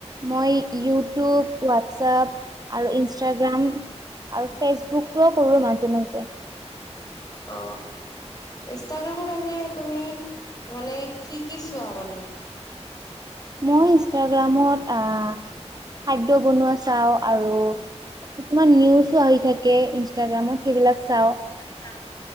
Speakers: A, on the right; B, on the left.
A: মই ইউটিউব, হোৱাটছপ আৰু ইনষ্টাগ্ৰাম। আৰু ফেচবুক ও কৰো মাজে- মাজে।
B: অ, ইনষ্টাগ্ৰামত এনে তুমি। মানে কি- কি চোৱা মানে।
A: মই ইনষ্টাগ্ৰামত, আ, খাদ্য বনোৱা চা চাওঁ আৰু কিছুমান নিউজো আহি থাকে ইনষ্টাগ্ৰামত। সেইবিলাক চাওঁ।
B: চাও।